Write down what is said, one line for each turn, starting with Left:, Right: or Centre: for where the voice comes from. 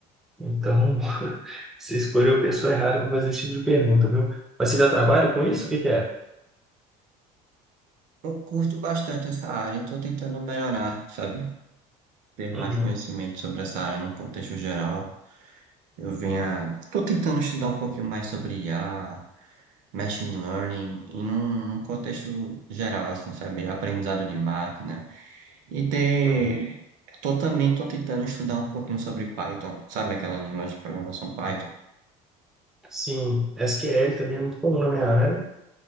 Centre: Então, <laughs> você escolheu a pessoa errada para fazer esse tipo de pergunta, viu? Mas você dá trabalho com isso? O que que é?
Right: Eu curto bastante essa área e estou tentando melhorar, sabe? ter
Centre: Uhum.
Right: mais conhecimento sobre essa área no contexto geral. Eu vinha, tô tentando estudar um pouquinho mais sobre IA, machine learning, e num, num contexto geral, assim, sabe? Aprendizado de máquina. E ter,
Centre: Uhum.
Right: tô também, tô tentando estudar um pouquinho sobre Python, sabe aquela linguagem de programação Python?
Centre: Sim, SQL também é muito comum na minha área.